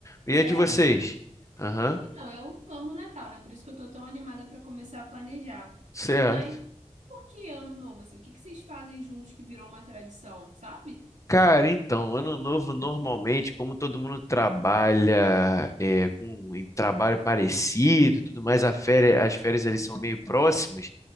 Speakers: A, on the left; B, on the right.
A: E
B: Sério?
A: a de vocês? Aham,
B: Então, eu amo Natal, né? Por isso que eu tô tão animada pra começar a planejar.
A: Cê-
B: Mas por que ano novo, assim? O que que vocês fazem juntos que virou uma tradição, sabe?
A: Cara, então, ano novo normalmente, como todo mundo trabalha é, com um trabalho parecido e tudo mais, a féri- as férias ali são meio próximas.